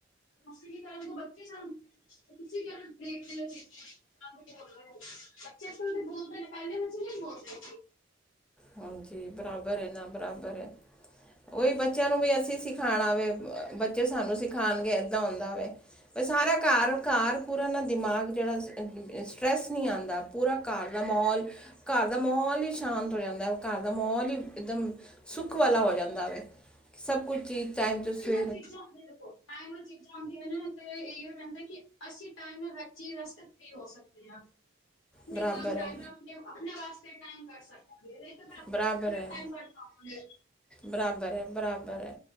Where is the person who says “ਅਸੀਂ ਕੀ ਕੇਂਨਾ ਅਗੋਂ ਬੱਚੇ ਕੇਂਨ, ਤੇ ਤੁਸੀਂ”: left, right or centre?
Left